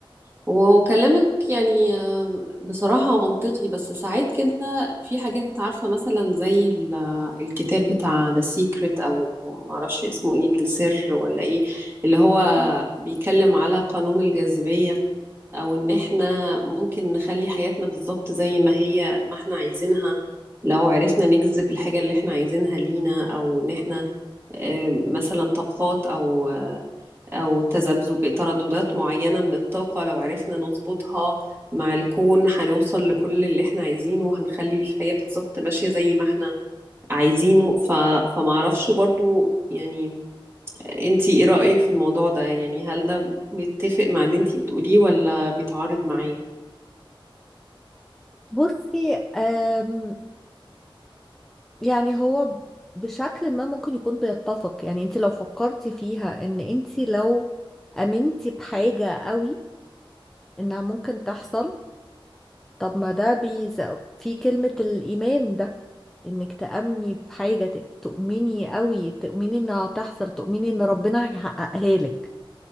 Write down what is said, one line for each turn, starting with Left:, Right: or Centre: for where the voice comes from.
Right: وكلامك يعني آه، بصراحة منطقي بس ساعات كده في حاجات عارفة مثلا زي ال- آه، الكتاب بتاع The Secret أو معرفش اسمه ايه السر ولا ايه اللي هو
Centre: مم.
Right: بيتكلم على قانون الجاذبية أو إن احنا ممكن نخلي حياتنا بالظبط زي ما هي ما احنا عايزينها لو عرفنا نجذب الحاجة اللي احنا عايزينها لينا أو إن احنا آه، مثلا طاقات أو أو تذبذب ترددات معينة من الطاقة لو عرفنا نظبطها مع الكون هنوصل لكل اللي احنا عايزينه وهنخلي الحياة بالظبط ماشية زي ما احنا عايزينه ف... فمعرفش برضو يعني انتي ايه رأيك في الموضوع ده يعني هل ده متفق مع اللي انتي بتقوليه ولا بيتعارض معاه؟
Centre: بصي آم، يعني هو بشكل ما ممكن يكون بيتفق يعني انت لو فكرتي فيها ان انت لو امنتي بحاجة قوي انها ممكن تحصل طب ما ده بيز... في كلمة الايمان ده انك تأمني بحاجة ت- تؤمني قوي تؤمني انها هتحصل تؤمني ان ربنا هيحققها لك